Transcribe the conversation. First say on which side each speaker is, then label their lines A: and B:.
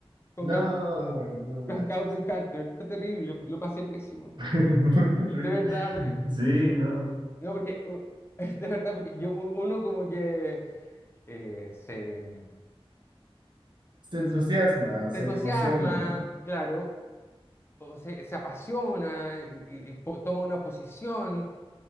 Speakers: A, on the left (about 25°); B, on the right (about 50°).
A: con
B: No,
A: Cowboy,
B: no manches.
A: con Cowboy Carter. Fue terrible, lo pasé pésimo.
B: <laughs> Muy terrible.
A: De verdad, porque...
B: Sí, no.
A: No, porque... uh, <laughs> De verdad, porque yo, u- uno como que eh, se,
B: Se entusiasma,
A: se-
B: se
A: se entusiasma,
B: emociona, ¿no?
A: claro, o se, se apasiona, y, y y po- toma una posición,